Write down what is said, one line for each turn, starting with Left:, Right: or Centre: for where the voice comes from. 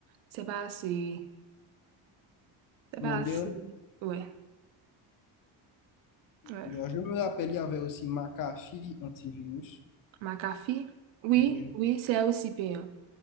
Right: C'est pas assez, c'est
Left: Moderne.
Right: pas assez. Ouais, ouais.
Left: Il y a- je me rappelle, il y avait aussi McAfee antivirus.
Right: McAfee, oui,
Left: Oui.
Right: oui, c'est aussi payant.